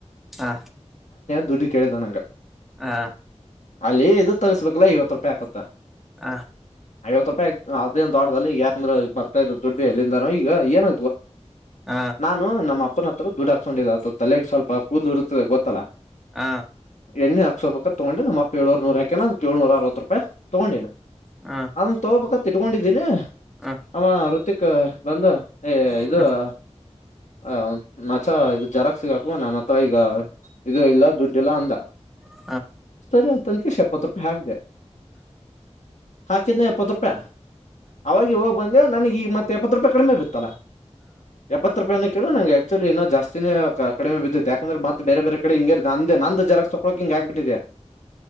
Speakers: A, in the centre; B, on the left (about 80°).
A: ಹಾ
B: ದುಡ್ಡು ಕೇಳಿದ ನಂಗ
A: ಹಾ
B: ಅಲ್ಲಿ ಇದು ತಗಸ್ಬೇಕಲ್ಲ ಐವತ್ ರೂಪಾಯಿ ಆಕುತ್ತ
A: ಹ
B: ಐವತ್ ರೂಪಾಯಿಗ್ ಅದೇ ಒ ದೊಡ್ದದಲ್ಲಿ ಈ ಯಾಕಂದ್ರೆ ಬತ <unintelligible> ದುಡ್ದು ಎಲ್ಲಿಂದಾನ ಈಗ ಏನು
A: ಹ
B: ನಾನು ನಮ್ಮ <unintelligible> ಬಿಡಾಕ್ ಕೊಂಡಿದ ಅ ತಲೆಗೆ ಸ್ವಲ್ಪ ಹ ಕೂರು <unintelligible> ಗೊತ್ತಲ್ಲಾ
A: ಹ
B: ಎಣ್ಣೆ ಹಾಕ್ಸೋಬೇಕ ತಗೊಂಡಿ ನಮ್ಮಪ್ಪ ಎಳ್ಳೂವರಿನೂರು ಹಾಕ್ಯನ ಅದು ಎಳನುರಾ ಅರವತ್ ರೂಪಾಯಿ ತಗೊಂಡಿನ
A: ಹ ಹ
B: ಅ ತಗೋಬೇಕ ತಿಟ್ಕೊಂಡಿದ್ದೀನ
A: ಹ ಹ ಹ
B: ಅವ ರುತಿಕು ಬಂದ ಏ ಇದು
A: ಹ ಹ
B: ಆ ಆ ಮಚ್ಚ ಇದು ಜರಾಕ್ಸುಗ ಹಾಕಿ ನನ್ ಹತ್ರ ಈಗ ಇದು ಇಲ್ಲ ದುಡ್ಡಿಲ್ಲ ಅಂದ
A: ಹ
B: ಸರಿ ಅಂತಂದ್ವಿ ಶಪ್ಪತ್ ರೂಪಾಯಿ ಹಾಕ್ದೆ ಹಾಂನ್ನಪ್ಪತ್ತು ರೂಪಾಯಾ ಅವಾಗೆ ಹೋಗ್ ಬಂದೆ ನನಗ್ ಈಗ ಮತ್ತೆ ಎಪ್ಪತ್ತು ರೂಪಾಯಿ ಕಡಿಮೆ ಬಿತ್ತಲ್ಲ ಎಪ್ಪತ್ತು ರೂಪಾಯಿನ- ಕೆಲೋ ನಂಗೆ ಇ ಜಾಸ್ತನೇ ಕಡಿಮೆ ಬಿದ್ದಿತ್ ಯಾಕಂದ್ರೆತ್ತ ಬೇರೆ ಬೇರೆ ಕಡೆ ಹಿಗೆ ನಂದೇ ನಾಂದು ಜೆರಾಕ್ಸ್ ತೊಕೊಕ್ ಹಿಂಗ ಹ ಆಗ್ಬಿಟ್ಟಿದೆ